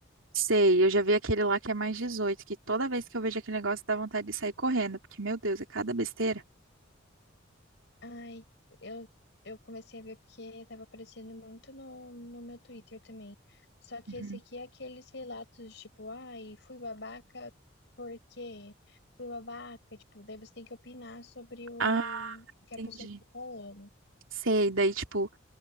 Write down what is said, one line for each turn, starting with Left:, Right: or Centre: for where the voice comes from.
Right: Sei, eu já vi aquele lá que é mais 18. que toda vez que eu vejo aquele negócio dá vontade de sair correndo, porque, meu Deus, é cada besteira.
Left: Ai, eu, eu comecei a ver porque tava aparecendo muito no, no meu Twitter também. Só que
Right: Uhum.
Left: esse aqui é aqueles relatos, tipo, ai, fui babaca porque fui babaca. Tipo, daí você tem que opinar sobre o,
Right: Ah,
Left: o
Right: entendi.
Left: que a pessoa tá falando.
Right: Sei, daí, tipo,